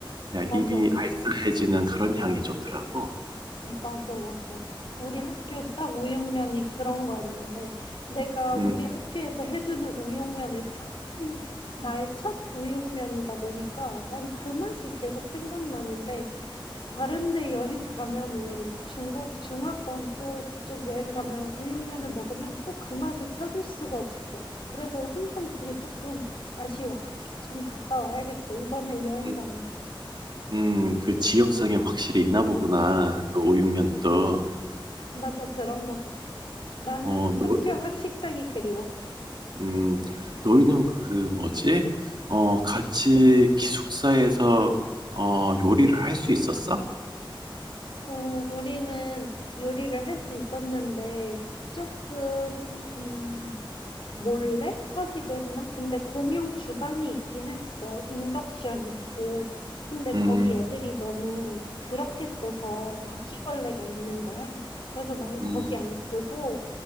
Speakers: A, on the right (about 55°); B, on the left (about 70°).
A: 야
B: 맞아.
A: 입이 알싸해지는 그런 향이 좋더라고.
B: 맞아, 맞아. 우리 학교 딱 우육면이 그런 거였는데, 내가
A: 음
B: 우리 학교에서 해주는 우육면의 첫, 음, 나의 첫 우육면이다 보니까 난 그 맛이 계속 생각나는데, 다른 데 여행 가면은 중국, 중화권 또 그쪽 여행 가면 우육면을 먹으면 또 그 맛을 찾을 수가 없어. 그래서 항상 그게 조금 아쉬워. 학교 좀 갔다 와야겠어. 이번에 여행
A: 음
B: 가면.
A: 음. 그 지역성이 확실히 있나 보구나.
B: 음,
A: 그 우육면도.
B: 맞아, 그런 거 같아. 나는
A: 어너
B: 학교 학식당이 그리워.
A: 음, 너희는 그 뭐지? 어, 같이 기숙사에서 어, 요리를 할 수 있었어?
B: 어 우리는 요리를 할 수 있었는데 조금 음 몰래 하기도 했나? 근데 공용 주방이 있긴 했어. 인덕션 있고. 근데
A: 음,
B: 거기
A: 음,
B: 애들이 너무 더럽게 써서 바퀴벌레가 있는 거야. 그래서 난
A: 음,
B: 거기 안 쓰고